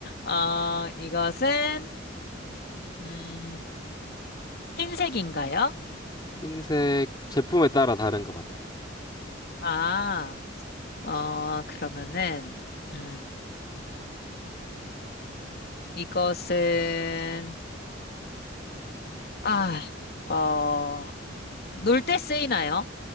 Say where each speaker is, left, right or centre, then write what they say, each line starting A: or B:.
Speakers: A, on the left; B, on the left.
A: 어, 이것은, 음, 흰색인가요?
B: 흰색 제품에 따라 다른 것 같아.
A: 아. 어, 그러면은, 음, 이것은, 아, 어, 놀 때 쓰이나요?